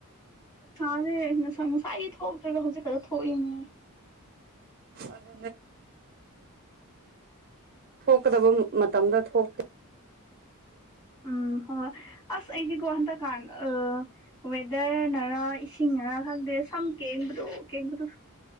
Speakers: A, on the left; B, on the right.
A: ꯁꯥꯔꯦ ꯉꯁꯥꯏꯒꯤ ꯊꯣꯛꯇ꯭ꯔꯒ ꯍꯧꯖꯤꯛ ꯈꯛꯇ ꯊꯣꯛꯏꯅꯦ
B: ꯑꯗꯨ ꯊꯣꯛꯀꯗꯧꯕ ꯃꯇꯝꯗꯣ ꯊꯣꯛ
A: ꯎꯝ ꯍꯣꯢ ꯑꯁ ꯑꯩꯗꯤꯀꯣ ꯍꯟꯗꯥꯛꯒꯥꯟ ꯑꯥ ꯋꯦꯗꯔꯅꯔꯥ ꯏꯁꯤꯡꯅꯔꯥ ꯈꯪꯗꯦ ꯁꯝ ꯀꯦꯡꯕꯗꯨ ꯀꯦꯡꯕꯗꯨ